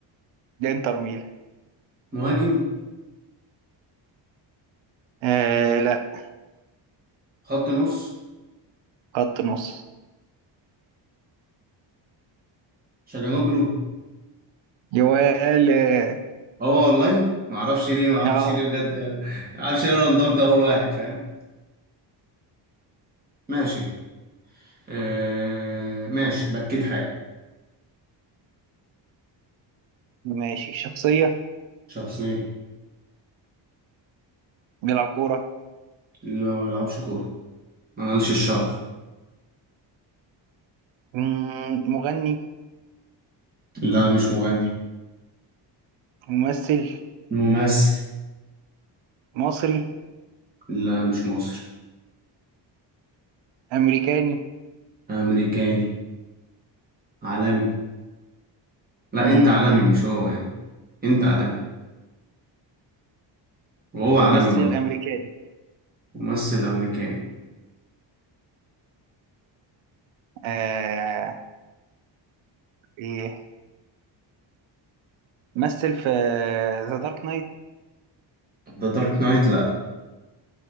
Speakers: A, on the right; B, on the right.
A: ده انتر ميلان
B: مهاجم
A: آه... لا
B: خط نص
A: خط نص
B: شاجانوجلو
A: جوال اه
B: اه والله ما اعرفش ليه ما اعرفش
A: آه.
B: ليه بجد ما اعرفش ليه انا انضمت اول واحد فاهم ماشي آه ماشي بكيت حاجه
A: ماشي شخصية
B: شخصيه
A: بيلعب كورة
B: اللي ما بيلعبش كوره ما مالش الشغف
A: مم، مغني
B: لا مش مغني
A: ممثل
B: ممثل
A: مصري
B: لا مش مصري
A: أمريكاني
B: امريكاني عالمي لا
A: مم،
B: انت عالمي مش هو يعني انت عالمي وهو
A: ممثل
B: عالمي برضه
A: امريكاني
B: ممثل امريكاني
A: آه... ايه مثل في ذا دارك نايت
B: ده دارك نايت لا